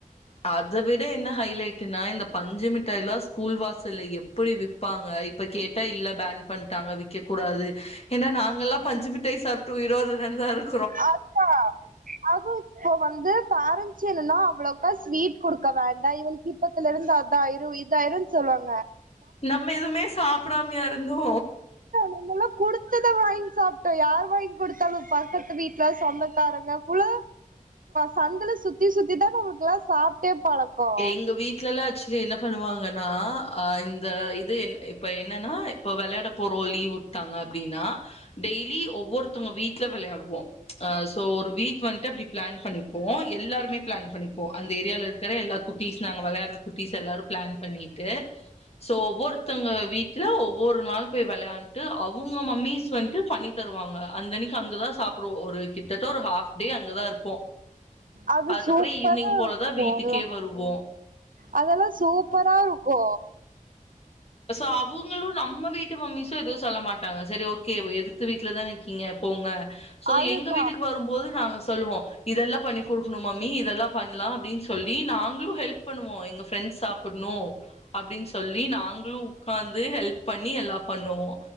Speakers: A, on the left; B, on the right.
A: அத விட என்ன ஹைலைட்னா இந்த பஞ்சுமிட்டாய்லா ஸ்கூல் வாசல்ல எப் பொடி விப்பாங்க. இப்ப கேட்டா இல்ல பேன் பண்ணிட்டாங்க விக்கக் கூடாது. ஏன்னா நாங்கல்லா பஞ்சு மிட்டாய் சாப்ட்டு உயிரோடதான்டா இருக்
B: அதா அதுவு இப்ப வந்து பேரண்ட்ஸ் என்னன்னா அவ்ளோக்கா ஸ்வீட் குடுக்க வேண்டா. இவ்ளோ கிட்டத்தில இருந்து அது இதாயிரும் இதாயிரும்னு சொல்வாங்க.
A: நம்ம எதுவுமே சாப்பிடாமயா இருந்தோ.
B: நம்மல்லா குடுத்தத வாங்கி சாப்பிட்டோ. யார் வாங்கி கொடுத்தாலும் பக்கத் து வீட்ல சொந்தக்காரங்கக்குள்ள சந்துல சுத்தி சுத்தி தா நமக்கெல்லா சாப்ட்டே பழக்கோ
A: எங்க வீட்ல எல்லா ஆக்சுவலி என்ன பண்ணுவாங்கன் னா இந்த இது என் இப்ப என்ன என்னன்னா இப்ப வெளையாடப் போறோ இப்ப லீவ் விட்டாங்க அப்டின்னா டெய்லி ஒவ்வொருத்தவங்க வீட்ல விளையாட்வோ. ஒரு வீக் வந்துட் அப்டி பிளான் பண்ணிப்போ. எல்லாருமே பிளான் பண்ணிப்போ. அந்த ஏரியால இருக்ற குட்டிஸ் நாங்க வெளையாட்ற குட்டிஸ் எல்லாரு பிளான் பண்ணிட் ஸோ ஒவ்வொருத்தங்க வீட்ல ஒவ்வொரு நாள் போய் வெளையாண்ட் அவங்க மம்மீஸ் வந்துட் பண்ணி தருவாங்க அந்தன்னிக்கி அங்க தா சாப்ட்வோ. ஒரு கிட்டத்தட்ட ஒரு ஹாப் டே அங்கதா இருப்போ.
B: அது
A: அதுக்கப்றம்
B: சூப்பரா
A: ஈவினிங் போலதா
B: இருக்குல்ல
A: வீட்டுக்கே வருவோ
B: அதெல்லா சூப்பரா இருக்கூ
A: ஸோ அவங்ளும் நம்ம வீட் மம்மிஸும் எதுவு சொல்ல மாட்டாங்க. சரி ஓகே எதித்த வீட் வீட்ல தா இருக்கீங்க போங்க. ஸோ
B: அதுதா
A: எங்க வீட்க்கு வரும்போது நாங்க சொல்லுவோ. இதெல்லா பண்ணி குடுக்கணு மாம்மி இதெல்லா பண்ணலா அப்டின் சொல்லி நாங்களும் ஹெல்ப் பண்ணுவோ. எங்க ஃப்ரெண்ட்ஸ் சாப்ட்ணு அப்டின் சொல்லி நாங் லு உக்காந்து ஹெல்ப் பண்ணி எல்லா பண்ணுவோ.